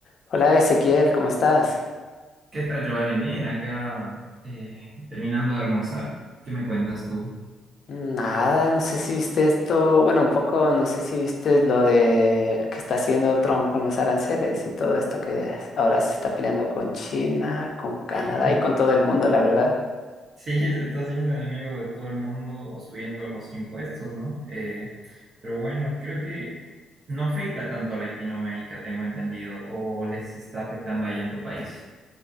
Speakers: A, on the left; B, on the right.
A: Hola Ezequiel, ¿cómo estás?
B: ¿Qué tal, Giovanni? Bien, acá eh, terminando de almorzar. ¿Qué me cuentas tú?
A: Nada, no sé si viste esto, bueno, un poco, no sé si viste lo de que está haciendo Trump con los aranceles y todo esto que ahora se está peleando con China, con Canadá
B: <laughs>
A: y con todo el mundo, la verdad.
B: Sí, se está haciendo enemigo de todo el mundo subiendo los impuestos, ¿no? Eh, pero bueno, creo que no afecta tanto a Latinoamérica, tengo entendido, o les está afectando allá en tu país.